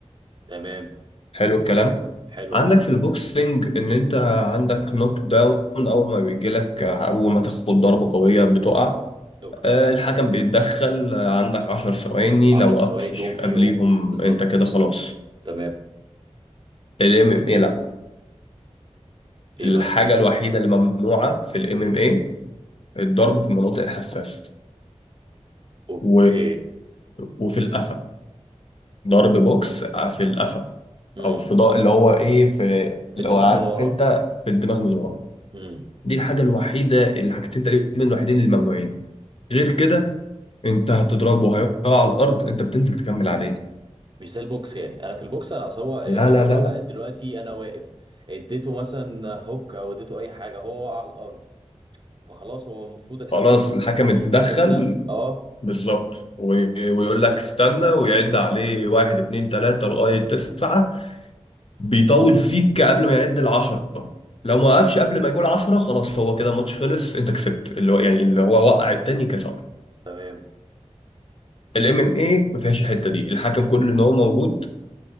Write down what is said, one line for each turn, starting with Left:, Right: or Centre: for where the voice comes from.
Right: تمام
Left: حلو الكلام
Right: حلوه
Left: عندك
Right: دي
Left: في البوكسنج ان انت عندك نوك داون اول ما بيجيلك اول ما تاخد ضربه قويه بتقع
Right: اوكي
Left: آه، الحكم بيتدخل آه، عندك 10 ثواني
Right: 10
Left: لو وقفتش
Right: ثواني تقوم فيهم
Left: قبليهم
Right: بالظبط
Left: انت كده خلاص
Right: تمام
Left: الام ام اي لا
Right: ايه
Left: الحاجة
Right: بقى
Left: الوحيدة اللي ممنوعة في الام ام اي الضرب في المناطق الحساسة
Right: اوكي
Left: و... وفي القفا ضرب بوكس في القفا
Right: امم
Left: او في ضا... اللي هو ايه في
Right: في
Left: لو
Right: الدماغ
Left: عارف
Right: من ورا
Left: انت في الدماغ من ورا
Right: امم
Left: دي الحاجة الوحيدة الحاجتين تقريبا الوحيدين اللي ممنوعين غير كده انت هتضربه هيقع على الارض انت بتنزل تكمل عليه
Right: مش زي البوكس يعني انا في البوكس انا اصل هو إيه،
Left: لا لا
Right: هو
Left: لا لا
Right: دلوقتي انا واقف اديته مثلا هوك او اديته اي حاجه هو وقع على الارض فخلاص هو المفروض الحكم
Left: خلاص الحكم
Right: بي- بيبعدنا
Left: اتدخل
Right: اه
Left: بالظبط و- ويقول لك استنى ويعد عليه واحد اتنين تلاتة لغاية تسعة بيطول فيك قبل ما يعد العشرة لو ما وقفش قبل ما يقول عشرة خلاص هو كده الماتش خلص انت كسبت اللي هو يعني اللي هو وقع التاني كسب
Right: تمام
Left: الام ام اي ما فيهاش الحته دي الحكم كل ان هو موجود